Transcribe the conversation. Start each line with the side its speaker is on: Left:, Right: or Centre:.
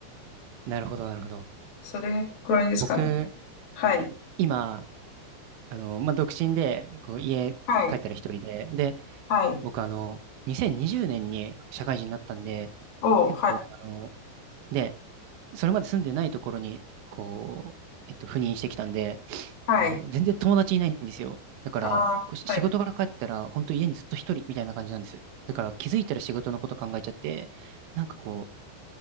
Right: う、なるほどなるほど。
Left: それくらいですかね。
Right: 僕、
Left: はい。
Right: 今、あの、まあ、独身で、こう、家帰ったら一人で、
Left: はい。
Right: で、
Left: はい。
Right: 僕あの、2020年にじゅうねんに社会人になったんで、
Left: おう、
Right: 結構、
Left: はい。
Right: あの、で、それまで住んでないところに、こう、えっと、赴任してきたんで、
Left: はい。
Right: あの、全然友達いないんですよ。だから、
Left: ああはい。
Right: こうし仕事から帰ったら、本当家にずっと一人みたいな感じなんです。だから気づいたら仕事のこと考えちゃって、なんかこう、